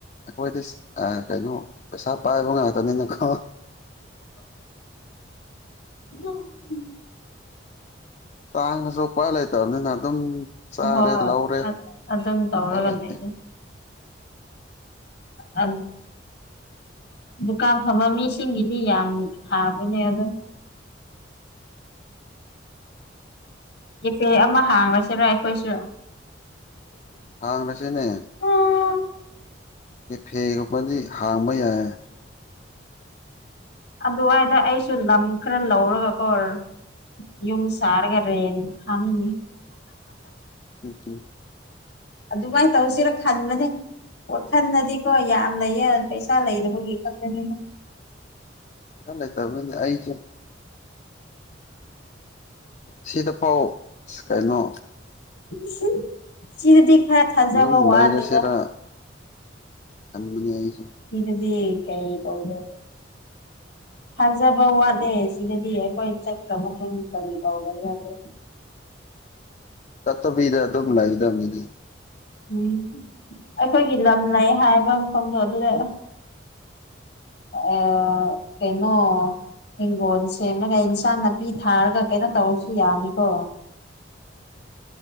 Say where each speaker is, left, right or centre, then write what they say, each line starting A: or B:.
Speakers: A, on the left; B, on the left.
A: ꯑꯩꯈꯣꯏꯗꯤ ꯀꯩꯅꯣ ꯄꯩꯁꯥ ꯄꯥꯏꯕ ꯉꯥꯛꯇꯅꯤꯅꯀꯣ
B: ꯎꯝ
A: ꯇꯥꯡꯅꯁꯨ ꯎꯄꯥꯏ ꯂꯩꯇꯥꯕꯥꯅꯤꯅ ꯑꯗꯨꯝ ꯆꯔꯦ
B: ꯍꯣꯏ
A: ꯂꯧꯔꯦ
B: ꯑꯗꯨꯝ ꯇꯧꯔꯒ
A: ꯎꯄꯥꯢ ꯂꯩꯇꯦ
B: ꯂꯩꯌꯦ ꯑꯟ ꯗꯨꯀꯥꯟ ꯐꯝꯕ ꯃꯤꯁꯤꯡꯒꯤꯗꯤ ꯌꯥꯝ ꯊꯥꯕꯅꯦ ꯑꯗꯣ <inaudible> ꯀꯦꯐꯦ ꯑꯃ ꯍꯥꯡꯉꯁꯤꯔꯥ ꯑꯩꯈꯣꯏꯁꯨ
A: ꯍꯥꯡꯂꯥꯁꯤꯅꯦ
B: ꯎꯝ
A: ꯀꯦꯐꯦꯒꯨꯝꯕꯥꯗꯤ ꯍꯥꯡꯕ ꯌꯥꯌꯦ
B: ꯑꯗꯨꯋꯥꯏꯗ ꯑꯩꯁꯨ ꯂꯝ ꯈꯔ ꯂꯧꯔꯒ ꯀꯣꯔ ꯌꯨꯝ ꯁꯥꯔꯒ ꯔꯦꯟ ꯊꯥꯅꯤꯡꯅꯤ
A: <inaudible>
B: ꯑꯗꯨꯃꯥꯏꯅ ꯇꯧꯁꯤꯔ ꯈꯟꯕꯅꯦ ꯋꯥꯈꯟꯗꯥꯗꯤꯀꯣ ꯌꯥꯝ ꯂꯩꯌꯦ ꯄꯩꯁꯥ ꯂꯩꯗꯕꯒꯤ ꯈꯛꯇꯅꯤꯗꯥ
A: ꯄꯩꯁꯥ ꯂꯩꯇꯕꯩꯅꯦ ꯑꯩꯁꯨ ꯁꯤꯗꯐꯥꯎ ꯀꯩꯅꯣ
B: ꯃꯨꯁꯨꯛ ꯁꯤꯗꯤ ꯈꯔ ꯊꯥꯖꯕ
A: ꯌꯨꯝ
B: ꯋꯥꯠꯂꯦꯗ
A: ꯂꯩꯔꯁꯤꯔ ꯈꯟꯕꯅꯦ ꯑꯩꯁ
B: ꯏꯗꯨꯗꯤ ꯀꯩ ꯇꯧꯗꯕꯥ ꯊꯥꯖꯕ ꯋꯥꯠꯂꯦ ꯁꯤꯗꯗꯤ ꯑꯩꯈꯣꯏ ꯆꯠꯈ꯭ꯔ ꯃꯇꯨꯡ ꯀꯔꯤ ꯇꯧꯗꯕꯥ ꯌꯗꯦ <inaudible>
A: ꯇꯠꯇꯧꯕꯤꯗ ꯑꯗꯨꯃ ꯂꯏꯒꯗꯕꯅꯦ ꯃꯦ
B: ꯎꯝ ꯑꯩꯈꯣꯏꯒꯤ ꯂꯝ ꯂꯩ ꯍꯥꯏꯕ ꯃꯐꯝꯗꯣ ꯑꯗꯨꯗ ꯑ ꯀꯩꯅꯣ ꯍꯤꯡꯒꯣꯜ ꯁꯦꯝꯃꯒ ꯏꯟꯁꯥꯡ ꯅꯥꯄꯤ ꯊꯥꯔꯒ ꯀꯩꯅꯣ ꯇꯧꯔꯁꯨ ꯌꯥꯅꯤꯀꯣ